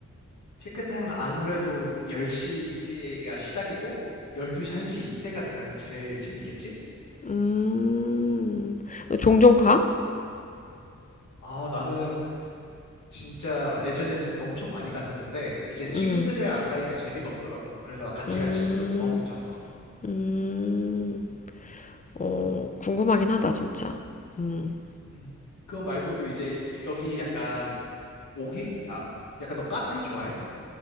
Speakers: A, on the left; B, on the left.
A: 피크타임은 아무래도 10시가 시작이고 12시, 1시 이때가 그냥 제일 재밌겠지?
B: 음, 너 종종 가?
A: 아, 나는 진짜 예전에 엄청 많이 갔었는데 이젠 친구들이랑
B: 음,
A: 안 가니까 재미가 없더라고. 그래서 나 같이
B: 음,
A: 갈 친구들 구하고 있잖아.
B: 음. 어, 궁금하긴 하다, 진짜. 음.
A: 음. 그거 말고도 이제 여기 약간 오기 아, 약간 너 카페 좋아해?